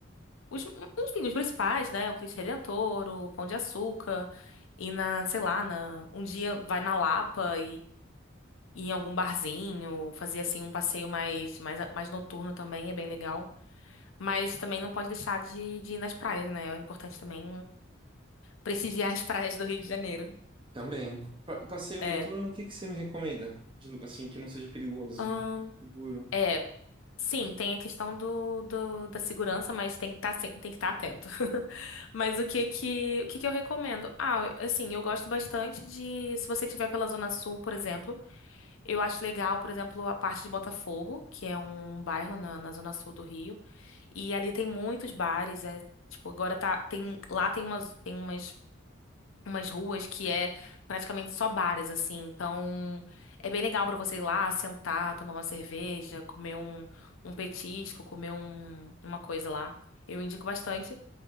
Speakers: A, on the left; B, on the right.
A: os, enfim, os principais, né? O Cristo Redentor, o Pão de Açúcar, e na, sei lá, na, um dia vai na Lapa ir em algum barzinho, fazer assim um passeio mais, mais, mais noturno também é bem legal. Mas também não pode deixar de, de ir nas praias, né? É importante também prestigiar as <laughs> praias do Rio de Janeiro.
B: Também. Pa- Passeio
A: É.
B: noturno, o que que você me recomenda? De lu- assim, que não seja perigoso.
A: Ahn,
B: Seguro.
A: é, sim, tem a questão do, do- da segurança, mas tem que estar tem que estar atento. <laughs> Mas o que que, o que que eu recomendo? Ah, assim, eu gosto bastante de, se você estiver pela Zona Sul, por exemplo, Eu acho legal, por exemplo, a parte de Botafogo, que é um bairro na, na zona sul do Rio. E ali tem muitos bares, é, tipo, agora tá, tem, lá tem umas, tem umas, umas ruas que é praticamente só bares, assim. Então, é bem legal pra você ir lá, sentar, tomar uma cerveja, comer um, um petisco, comer um, uma coisa lá. Eu indico bastante.